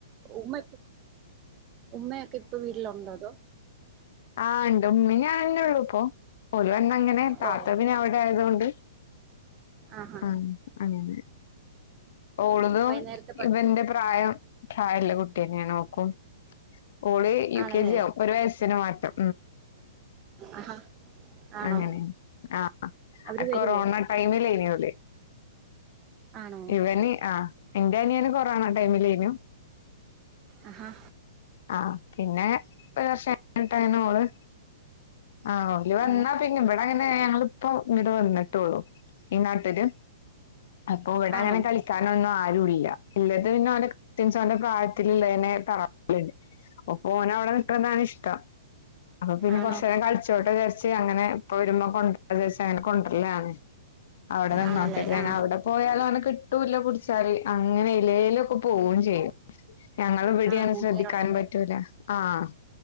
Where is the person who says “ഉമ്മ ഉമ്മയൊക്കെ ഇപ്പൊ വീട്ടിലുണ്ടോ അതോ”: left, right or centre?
Right